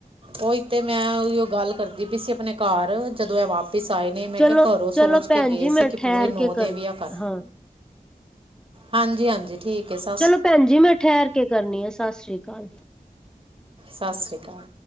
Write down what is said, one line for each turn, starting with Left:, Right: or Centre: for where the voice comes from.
Right: ਉਈ ਤੇ ਮੈਂ ਓਈਓ ਗੱਲ ਕਰਦੀ ਪੀ ਸੀ ਅਪਨੇ ਘਾਰ ਜਦੋਂ ਐ ਵਾਪ ਪਿਸਾਈ ਨੇ ਮੈਂ
Centre: ਚਲੋ
Right: ਕਿਹਾ ਘਰੋਂ
Centre: ਚਲੋ
Right: ਸੋਚ
Centre: ਭੈਣ
Right: ਕੇ ਗਏ
Centre: ਜੀ ਮੈਂ
Right: ਸੀ ਕਿ
Centre: ਠਹਿਰ
Right: ਪੂਰੇ ਨੌ
Centre: ਕੇ
Right: ਦੇਵਿਆ ਕਰ
Centre: ਹਾਂ
Right: ਹਾਂਜੀ-ਹਾਂਜੀ। ਠੀਕ ਏ ਸ
Centre: ਚਲੋ ਭੈਣ ਜੀ ਮੈਂ ਠੈਰ ਕੇ ਕਰਨੀ ਆ ਸਂਸਰੀ ਕਾਲ।
Right: ਸਂਸਰੀ ਕਾਲ।